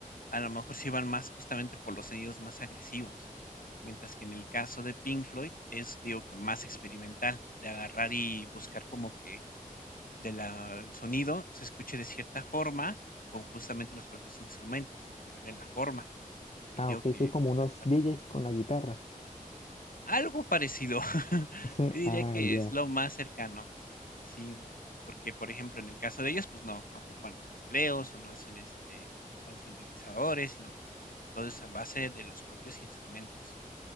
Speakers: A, on the left (about 75°); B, on the left (about 50°).
A: a lo mejor sí van más justamente por los sonidos más agresivos. Mientras que en el caso de Pink Floyd es, digo, que más experimental, de agarrar y buscar como que de la el sonido se escuche de cierta forma con justamente los propios instrumentos y verle la forma. Y
B: Ah,
A: te digo
B: ok,
A: que
B: son como
A: en
B: unos
A: la parte
B: DJs con la guitarra.
A: algo parecido. <laughs>
B: <laughs>
A: Yo diría
B: Ah,
A: que
B: ya.
A: es lo más cercano. Sí, porque por ejemplo, en el caso de ellos pues no no ocupan sampleos o no hacen este ocupan sintetizadores, sino que todo es a base de los propios instrumentos.